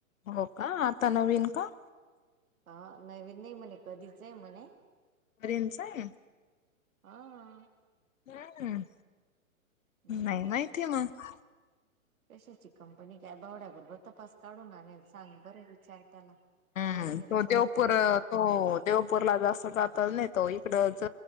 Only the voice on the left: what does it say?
हो का आ त नवीन का?
अरेन स आह.
हम्म
नाही माहितीय मग.
हम्म
तो
देवपर
हो देवपूरला जास्त जात नाही तो इकडच